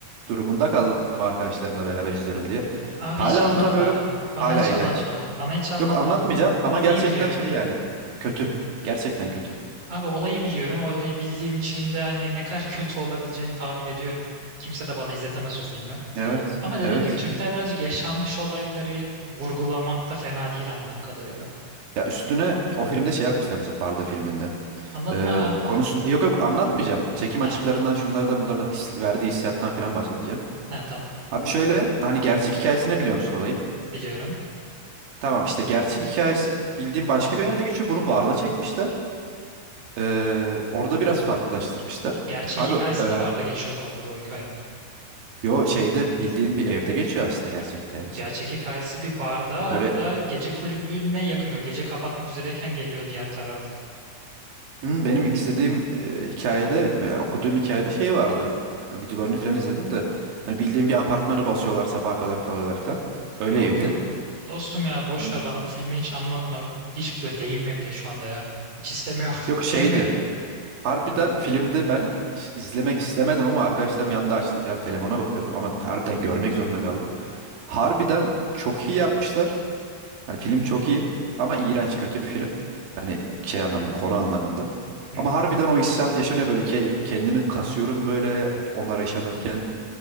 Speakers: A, on the right; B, on the right.
A: durumunda kaldım arkadaşlarımla beraber izliyorum diye.
B: Abi
A: Hala
B: hiç anlatma.
A: unutamıyorum.
B: Bana
A: Hala
B: hiç
A: iğrenç.
B: anlatma. Bana hiç anlatma.
A: Yok anlatmayacağım ama
B: Olayı
A: gerçekten
B: biliyorum.
A: şey yani kötü.
B: Hı hı.
A: Gerçekten kötü.
B: Abi olayı biliyorum. Olayı bildiğim için de hani ne kadar kötü olabileceğini tahmin ediyorum. Kimse de bana izletemez o filmi.
A: Evet.
B: Ama dediğim
A: Evet.
B: gibi Türkler birazcık yaşanmış olayları vurgulamakta fena değil anladığım kadarıyla.
A: Ya üstüne o filmde şey yapmışlar mesela Barda filminde.
B: Anlatma.
A: Ee, konusu yok yok anlatmayacağım. Çekim
B: Ha,
A: açılarından şunlardan bunlardan his, verdiği hissiyattan falan bahsedeceğim.
B: ha tamam.
A: Abi şöyle hani gerçek hikayesini biliyor musun olayın?
B: Biliyorum.
A: Tamam işte gerçek hikayesi bildiğim başka bir yerde geçiyor. Bunu barda çekmişler. Ee, orada biraz farklılaştırmışlar.
B: Gerçek
A: Abi
B: hikayesi
A: e,
B: de barda geçiyor bu arada o hikayenin.
A: yo şeyde bildiğin bir evde geçiyor aslında gerçek hikayesi.
B: Gerçek hikayesi bir barda
A: Öyle
B: hatta gece kulübüne yakın böyle gece kapatmak üzereyken geliyor diğer taraf.
A: Hı, benim izlediğim e, hikayede, e, okuduğum hikayede şey vardı. Ha, videolarını falan izledim de. Hani bildiğim bir apartmanı basıyorlar sabaha kadar kalıyorlar falan. Öyleydi.
B: Yok yok. Dostum ya boş
A: Hmm.
B: ver bana bu filmi hiç anlatma. Hiç de değinme bile şu anda ya. Hiç istemiyorum. <laughs>
A: Yok
B: Sevmiyorum.
A: şeydi. Harbiden filmde ben is- izlemek istemedim ama arkadaşlarım yanında açtı falan telefona bakıyordum. Ama harbiden görmek zorunda kaldım. Harbiden çok iyi yapmışlar. Hani film
B: Hı hı.
A: çok iyi ama iğrenç
B: Hı hı.
A: kötü bir film. Hani şey anlamında konu anlamında.
B: hı
A: Ama
B: hı.
A: harbiden o hissiyat yaşanıyor böyle ki kendimi kasıyorum böyle onlar yaşanırken.